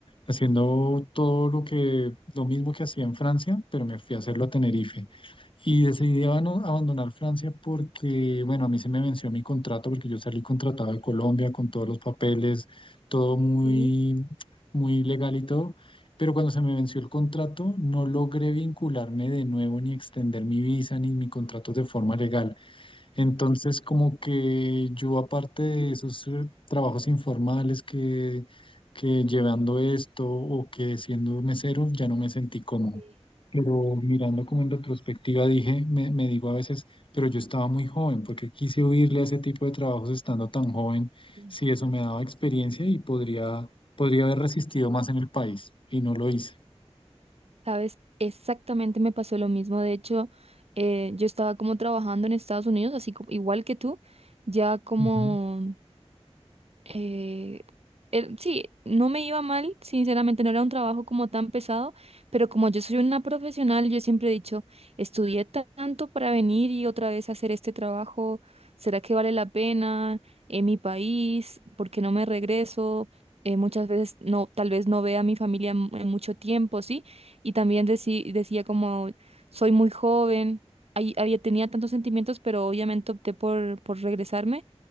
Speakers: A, on the left; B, on the right.
A: haciendo todo lo que, lo mismo que hacía en Francia, pero me fui a hacerlo a Tenerife. Y decidí abano- abandonar Francia porque, bueno, a mí se me venció mi contrato porque yo salí contratado de Colombia con todos los papeles, todo muy,
B: Sí.
A: muy legal y todo pero cuando se me venció el contrato, no logré vincularme de nuevo ni extender mi visa ni mi contrato de forma legal. Entonces, como que yo, aparte de esos eh, trabajos informales que, que llevando esto o que siendo mesero, ya no me sentí cómodo.
B: Sí,
A: Pero mirando como en retrospectiva, dije, me, me digo a veces, pero yo estaba muy joven, porque quise huirle a ese tipo de trabajos estando tan joven,
B: sí.
A: si eso me daba experiencia y podría, podría haber resistido más en el país, y no lo hice.
B: Sabes, exactamente me pasó lo mismo. De hecho, eh, yo estaba como trabajando en Estados Unidos, así como, igual que tú, ya como
A: Ujú.
B: eh, el- sí, no me iba mal, sinceramente no era un trabajo como tan pesado, pero como yo soy una profesional, yo siempre he dicho, estudié ta- tanto para venir y otra vez hacer este trabajo, ¿será que vale la pena en mi país? ¿Por qué no me regreso? Eh, muchas veces no, tal vez no vea a mi familia en en mucho tiempo, ¿sí? Y también deci- decía como, soy muy joven, ahí- había, tenía tantos sentimientos, pero obviamente opté por, por regresarme.